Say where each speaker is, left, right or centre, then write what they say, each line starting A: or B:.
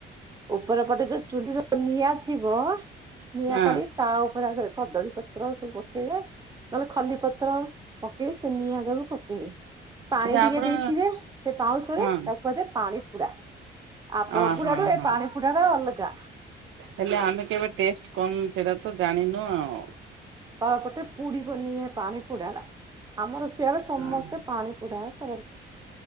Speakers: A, on the right; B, on the right.
A: ଉପର ପଟେ ଯୋଉ ଚୁଲିର ନିଆଁ ଥିବ ନିଆଁ
B: ହଁ।
A: କାଢି ତା ଉପରେ ଆଉଥରେ କଦଳୀ ପତ୍ର ସବୁ ପକେଇବେ ନହେଲେ ଖଲି ପତ୍ର ପକେଇ ସେ ନିଆ ଯାକୁ ପକେଇବେ। ପାଣି
B: ଆଚ୍ଛା
A: ଟିକେ
B: ଆପଣ
A: ଦେଇଥିବେ ସେ ପାଉଁଶରେ
B: ହଁ
A: ତାକୁ କୁହାଯାଏ ପାଣି ପୁରା। ଆପଣ
B: ଅ
A: ପୁଡାରୁୁ
B: ହଁ
A: ଏ
B: ହଁ
A: ପାଣି ପୁଡା ଟା ଅଲଗା।
B: ହେଲେ ଆମେ କେବେ ଟେଷ୍ଟ କନୁ ସେଇଟା ତ ଜାଣିନୁ ଆଉ।
A: ତଳପଟେ ପୁଡିବନିଏ ପାଣି ପୋଡା ଟା ଆମର ସିଆଡେ ସମସ୍ତେ
B: ହଁ
A: ପାଣି ପୋଡା କରନ୍ତି।